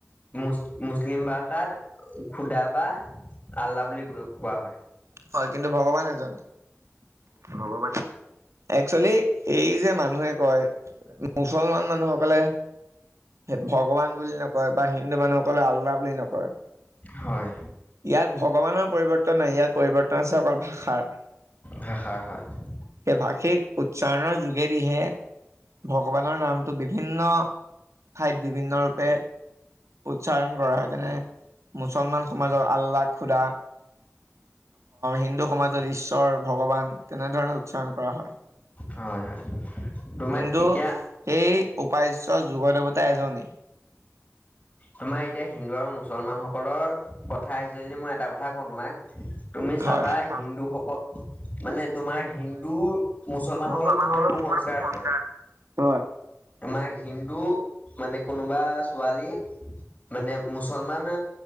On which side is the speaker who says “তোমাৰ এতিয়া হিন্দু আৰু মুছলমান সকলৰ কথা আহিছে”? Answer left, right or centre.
Left